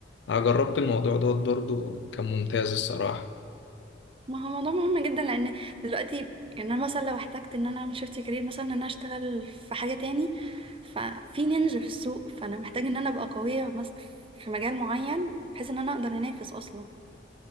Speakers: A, on the left; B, on the right.
A: أنا جربت الموضوع دوت برضو كان ممتاز الصراحة
B: ما هو موضوع مهم جدا لان دلوقتي يعني انا مثلا لو احتجت ان انا اعمل شيفت كارير مثلا ان انا اشتغل في حاجة تاني ففي نينجا في السوق فانا محتاجة ان انا ابقى قوية مس- في مجال معين بحيث ان انا اقدر انافس اصلا